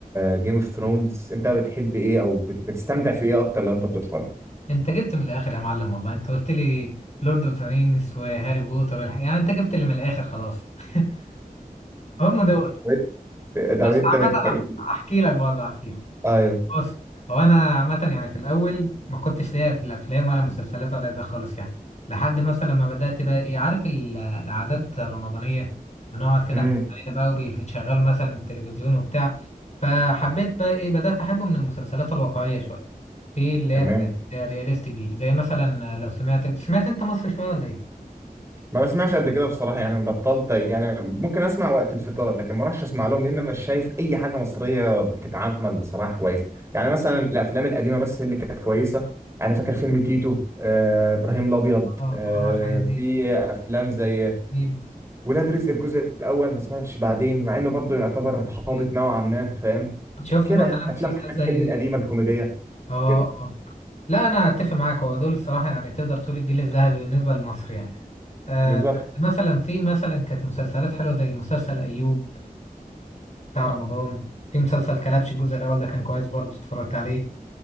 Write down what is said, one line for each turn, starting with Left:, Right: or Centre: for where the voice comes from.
Right: جيم اوف ثرونز انت بتحب ايه او بت- بتستمتع في ايه اكتر لو انت بتتفرج
Left: انت جبت من الاخر يا معلم والله انت قلت لي لورد اوف ذا رينجز وهاري بوتر والحاجة. يعني انت جبت اللي من الاخر خلاص <laughs> هم
Right: مم.
Left: دول
Right: وإنت- ده
Left: بس
Right: انت
Left: عامة
Right: بتحب
Left: احكي لك برضه احكي لك
Right: ايوه
Left: بص هو انا عامه يعني في الاول ما كنتش ليا في الافلام ولا مسلسلات ولا ده خالص يعني لحد مثلا ما بدات بقى ايه عارف ال- العادات الرمضانيه بنقعد كده
Right: امم
Left: احنا العيله بقى وبيشغلوا مثلا التلفزيون وبتاع فحبيت بقى ايه بدات احبه من المسلسلات الواقعيه شويه في اللي
Right: تمام
Left: هي الحاجات الرياليستيك دي زي مثلا لو سمعت سمعت انت مصر شويه ولا ايه؟
Right: ما بسمعش قد كده بصراحة يعني بطلت يعني ممكن أسمع وقت الفطار لكن ما راحش أسمع لهم لأن مش شايف أي حاجة مصرية بتتعمل بصراحة كويس يعني مثلا الأفلام القديمة بس اللي كانت كويسة أنا فاكر فيلم تيتو آه، إبراهيم الأبيض
Left: اه
Right: آه،
Left: اه الحاجات دي
Right: في أفلام زي
Left: جميلة.
Right: ولاد رزق الجزء الأول ما سمعتش بعدين مع إنه برضه يعتبر
Left: ايه
Right: هابط نوعا ما فاهم
Left: شفت
Right: كده
Left: مثلا
Right: يعني أفلام
Left: مسلسلات
Right: أحمد
Left: زي
Right: حلمي القديمة الكوميدية
Left: اه
Right: كده
Left: اه لا انا اتفق معاك هو دول الصراحه يعني تقدر تقول الجيل الذهبي بالنسبه لمصر يعني آه
Right: بالظبط
Left: بس مثلا في مثلا كانت مسلسلات حلوه زي مسلسل ايوب بتاع رمضان في مسلسل كلبش الجزء الاول ده كان كويس برضه اتفرجت عليه